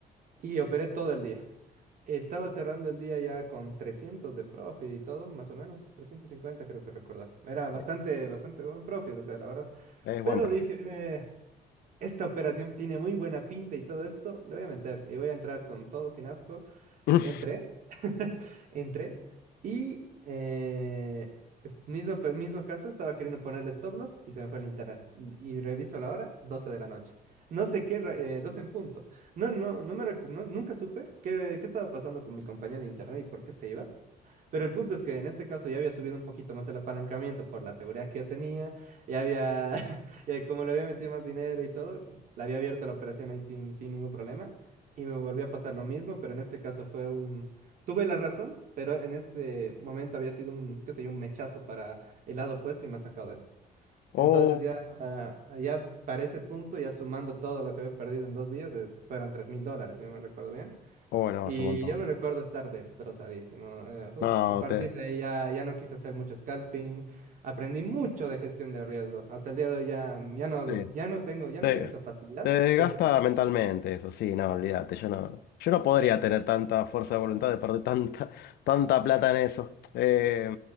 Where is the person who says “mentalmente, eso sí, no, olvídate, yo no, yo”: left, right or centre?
Left